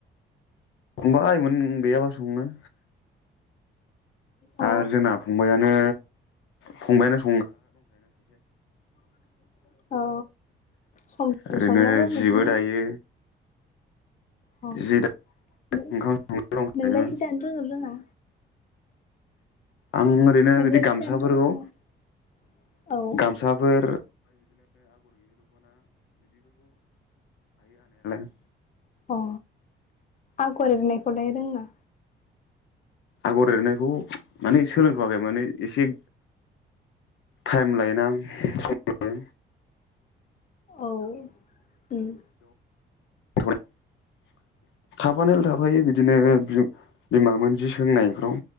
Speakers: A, on the left; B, on the left.
A: एखनबा गैयाबा सङो
B: अ
A: आरो जोंना फंबायानो फंबायानो सं
B: <inaudible> औ सम सम
A: ओरैनो
B: संनांगौ बिदिनो
A: जिबो दायो
B: अ
A: जि दा
B: नो
A: ओंखाम संग्रा दंखायो
B: नोंलाय जि दानो रोंङो ना रोङा?
A: आं ओरैनो
B: नोंलाय
A: बिदि गामसाफोरखौ
B: जि दानो रोङो रोङा औ
A: गामसाफोर <inaudible>
B: अ आगर एरनाय खौलाय रोङा
A: आगर एरनायखौ माने सोलोंथवाखै माने एसे टाइम लायोना सम लायो
B: औ उम
A: <unintelligible> थाफानायालाय थाफायो बिदिनो बिमा मोन जि सोंनायफ्राव